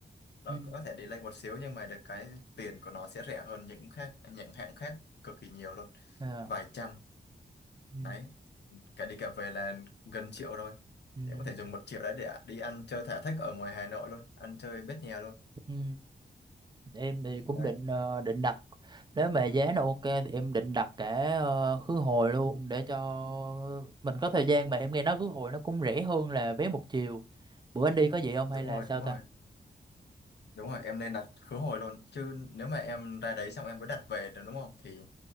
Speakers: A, on the left; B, on the right.
A: nó
B: ừ.
A: có thể delay một xíu nhưng mà được cái tiền của nó sẽ rẻ hơn những khác những hãng khác cực kỳ nhiều luôn
B: À.
A: vài trăm
B: Ừ.
A: đấy cả đi cả về là gần triệu thôi
B: Ừ.
A: để có thể dùng một triệu đấy để đi ăn chơi thả thích ở ngoài Hà Nội luôn ăn chơi bết nhè luôn
B: Ừ. em thì cũng
A: đấy
B: định ờ, định đặt nếu mà giá nó ok thì em định đặt cả ờ, khứ hồi luôn để cho mình có thời gian mà em nghe nói khứ hồi nó cũng rẻ hơn là vé một chiều bữa anh đi có vậy không
A: đúng
B: hay là
A: rồi
B: sao
A: đúng rồi
B: ta
A: đúng rồi em nên đặt khứ hồi luôn chứ nếu mà em ra đấy xong em mới đặt về được đúng không thì